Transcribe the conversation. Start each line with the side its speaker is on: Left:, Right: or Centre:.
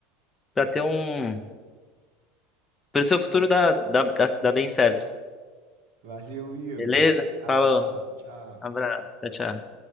Left: para ter um Pro seu futuro dá, dá, dá, dá bem certo.
Right: Valeu, Igor.
Left: Beleza?
Right: Ab- Abraço,
Left: Falou.
Right: tchau.
Left: Abraço. Tchau, tchau.